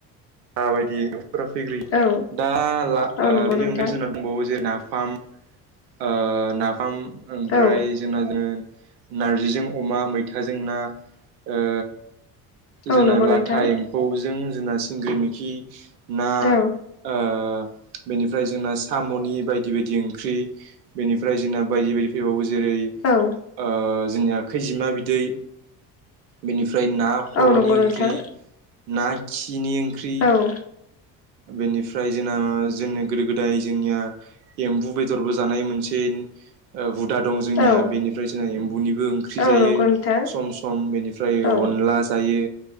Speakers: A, on the right; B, on the left.
A: माबायदि न'खरफोरा फैग्रोयो
B: औ
A: दा ला
B: औ
A: ओ
B: नंगौ
A: बेनि
B: नोंथां
A: अनगायै जोंना दंबावो जे नाफाम ओ नाफाम ओमफ्राय
B: औ
A: जोंना जे नारजिजों अमा मैथाजों ना ओ जोंना
B: औ नंगौ
A: लाथा
B: नोंथां
A: एम्फौजों जोंना सिंग्रि मोखि ना
B: औ
A: ओ बेनिफ्राय जोंना साम'नि बायदि बायदि ओंख्रि बेनिफ्राय जोंना बायदि बायदि फैबावो जेरै
B: औ
A: ओ जोंनिया खैजिमा बिदै बेनिफ्राय ना खर'नि
B: औ नंगौ
A: ओंख्रि
B: नोंथां
A: ना खिनि ओंख्रि
B: अ
A: बेनिफ्राय जोंना जोंनि गोदो गोदाय जोंनिया एम्बु बेदरबो जानाय मोनसे ओ हुदा दं जोंनिया
B: औ
A: बेनिफ्राय जोंहा एम्बुनिबो ओंख्रि
B: औ
A: जायो
B: नंगौ नोंथां
A: सम सम बेनिफ्राय
B: औ
A: अनला जायो